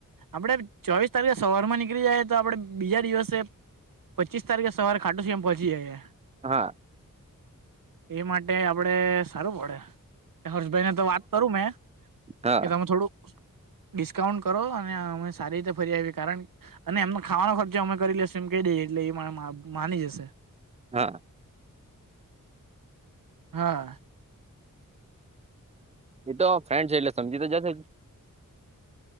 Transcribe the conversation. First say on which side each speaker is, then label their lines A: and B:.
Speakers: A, on the right (about 80°); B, on the right (about 20°).
A: આપડે ચોવીસ તારીખે સવાર માં નીકળી જાય તો આપડે બીજા દિવસે પચીસ તારીખે સવારે ખાટુસીમ પહોંચી જાય
B: હા
A: એ માટે આપડે સારું પડે હર્ષભાઈને તો વાત કરું મેં
B: હા
A: કે તમે થોડું ડિસ્કાઉન્ટ કરો અને અમે સારી રીતે ફરી આવી કારણ અને એમનો ખાવાનો ખર્ચ અમે કરી લશું એમ કહી દઈએ એટલે એ મા માની જશે
B: હા
A: હા
B: એ તો ફ્રેન્ડ છે એટલે સમજી તો જશે